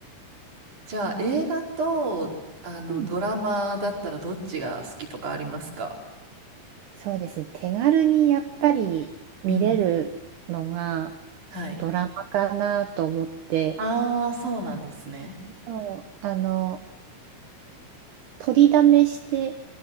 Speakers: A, on the right; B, on the right.
A: じゃあ、映画と、あの、
B: うん
A: ドラマだったらどっちが好きとかありますか
B: そうですね。手軽にやっぱり見れるのが
A: うん。はい。
B: ドラマかなと思って、
A: ああ、そうなんですね。
B: そう、あの、取りだめして